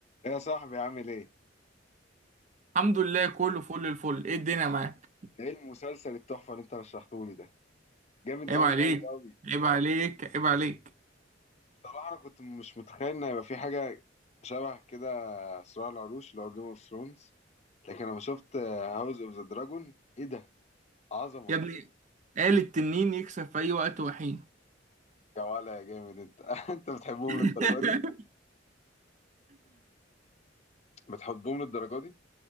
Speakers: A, on the left; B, on the right.
A: يا صاحبي عامل ايه؟
B: الحمد لله كله فل الفل ايه الدنيا معاك
A: ايه المسلسل التحفة اللي انت رشحته لي ده؟ جامد
B: عيب
A: قوي
B: عليك
A: قوي قوي.
B: عيب عليك عيب عليك
A: بصراحة انا كنت مش متخيل ان هيبقى في حاجة شبه كده صراع العروش اللي هو جيم اوف ثرونز، لكن لما شفت هاوس اوف ذا دراجون ايه ده؟ عظمة.
B: يا ابني قال التنين يكسب في اي وقت وحين
A: يا ولا يا جامد انت <laughs> انت بتحبهم
B: <laughs>
A: للدرجة دي؟ بتحبهم للدرجة دي؟